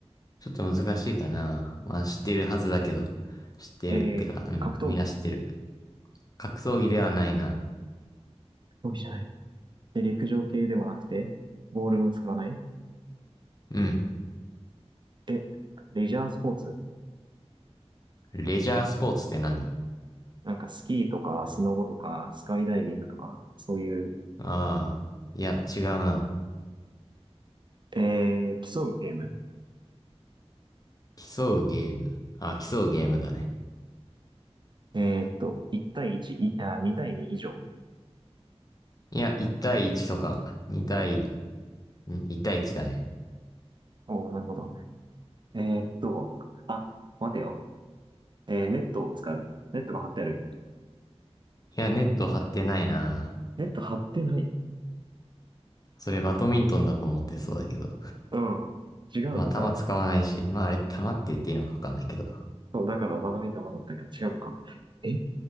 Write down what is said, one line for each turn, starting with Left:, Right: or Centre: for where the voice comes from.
Left: ょっと難しいかな。まあ、知ってるはずだけど。知ってる。
Right: えー、
Left: ってか、うん。
Right: 格闘技。
Left: みんな知ってる。格闘技ではないな。
Right: 競技じゃない。で、陸上系でもなくて、ボールも使わない。
Left: うん。
Right: で、レジャースポーツ
Left: レジャースポーツって何
Right: なんかスキーとか、スノボとか、スカイダイビングとか、そういう、
Left: ああ、いや、違うな。
Right: えー、競うゲーム。
Left: 競うゲーム。あ、競うゲームだね。
Right: えーっと、1対1、いあ、2対2以上。
Left: いや、1対1とか、2対、ん ?1 対1だね。
Right: おー、なるほど。えーっと、あ、待てよ。えー、ネットを使う。ネットが張ってある。
Left: いや、ネット張ってないな。
Right: ネット張ってない。
Left: それバドミントンだと思ってそうだけど。
Right: うん。違うのか。
Left: まあ、球使わないし。まあ、あれ、球って言っていいのかわかんないけど。
Right: そう、だからバドミントンだったけど違うのか。え